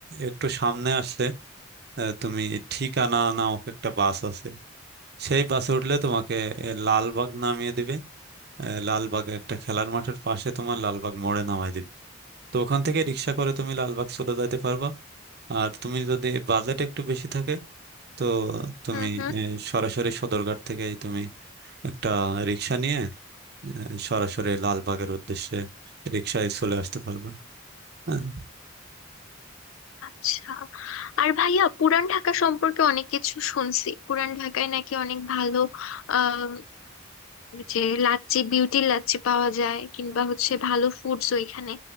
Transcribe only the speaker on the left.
হুম হুম
আচ্ছা আর ভাইয়া পুরান ঢাকা সম্পর্কে অনেক কিছু শুনছি পুরান ঢাকায় নাকি অনেক ভালো আহ যে লাচ্ছি বিউটি লাচ্ছি পাওয়া যায় কিংবা হচ্ছে ভালো ফুডস ওইখানে